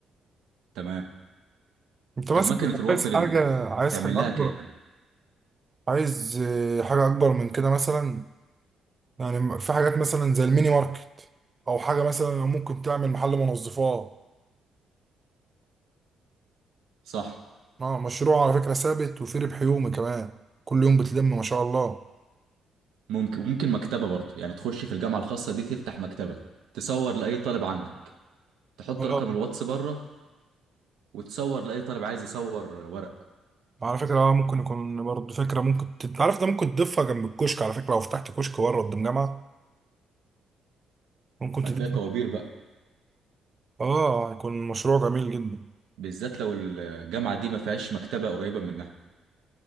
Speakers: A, on the right; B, on the right.
A: تمام
B: انت مثلا
A: طب مكنه الوافل
B: عايز حاجه
A: اللي
B: عايز
A: تعمل
B: حاجه
A: لها
B: اكبر
A: كام
B: عايز آه، حاجه اكبر من كده مثلا يعني في حاجات مثلا زي الميني ماركت او حاجه مثلا ممكن تعمل محل منظفات
A: صح
B: اه مشروع على فكره ثابت وفي ربح يومي كمان كل يوم بتلم ما شاء الله
A: ممكن وممكن مكتبه برضه يعني تخش في الجامعه الخاصه دي تفتح مكتبه تصور لاي طالب عندك تحط
B: اه
A: رقم الواتس بره وتصور لاي طالب عايز يصور ورق
B: على فكره اه ممكن يكون برضه فكره ممكن ت- انت عارف ده ممكن تضيفها جنب الكشك على فكره لو فتحت كشك بره قدام جامعه ممكن تضيفها
A: هتلاقي طوابير بقى
B: اه يكون مشروع جميل جدا
A: بالذات لو الجامعه دي ما فيهاش مكتبه قريبه منها